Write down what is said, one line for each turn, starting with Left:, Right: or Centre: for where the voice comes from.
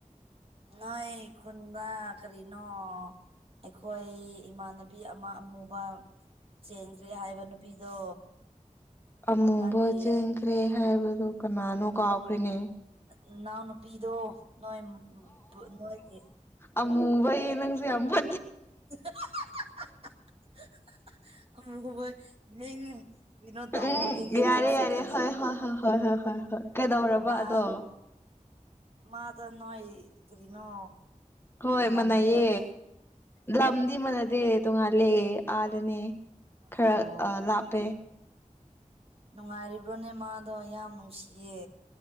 Right: ꯅ ꯀꯟꯗꯥ ꯀꯔꯤꯅꯣ ꯑꯩꯈꯣꯏ ꯏꯃꯥꯟꯅꯕꯤ ꯑꯃ ꯑꯃꯨꯕ ꯆꯦꯟꯈ꯭ꯔꯦ ꯍꯥꯏꯕ ꯅꯨꯄꯤꯗꯣ
Left: ꯑꯃꯨꯕ
Right: ꯅꯪꯒꯤ
Left: ꯆꯦꯟꯈ꯭ꯔꯦ ꯍꯥꯏꯕꯗꯨ ꯀꯅꯥꯅꯣ ꯀꯥꯎꯈ꯭ꯔꯤꯅꯦ
Right: ꯏꯅꯥꯎ ꯅꯨꯄꯤꯗꯣ ꯅꯣꯏ ꯅꯣꯏꯒꯤ
Left: ꯑꯃꯨꯕ ꯅꯪꯁꯨ ꯌꯥꯝꯝꯕ
Right: <unintelligible> ꯅꯣ
Left: ꯎꯝ
Right: ꯇꯧꯕꯒꯤꯅꯦ
Left: ꯌꯥꯔꯦ
Right: ꯅꯪꯁꯨ
Left: ꯌꯥꯔꯦ
Right: ꯀꯔꯤꯅꯣ
Left: ꯍꯣꯏ ꯍꯣꯏ ꯍꯣꯏ ꯍꯣꯏ ꯍꯣꯏ ꯍꯣꯏ ꯍꯣꯏ ꯀꯩꯗꯧꯔꯕ
Right: ꯃꯥ
Left: ꯑꯗꯣ
Right: ꯃꯥꯗ ꯅꯣꯏ ꯀꯔꯤꯅꯣ
Left: ꯍꯣꯏ
Right: ꯂꯝꯕ꯭ꯔꯅꯦ
Left: ꯃꯅꯩꯌꯦ ꯂꯝꯗꯤ ꯃꯥꯟꯅꯗꯦ ꯇꯣꯉꯥꯜꯂꯦ ꯑꯥꯗꯅꯦ ꯈꯔ
Right: ꯑꯣ
Left: ꯂꯥꯞꯄꯦ
Right: ꯅꯨꯡꯉꯥꯏꯔꯤꯕ꯭ꯔꯣꯅꯦ ꯃꯥꯗꯣ ꯌꯥꯝ ꯅꯨꯡꯁꯤꯌꯦ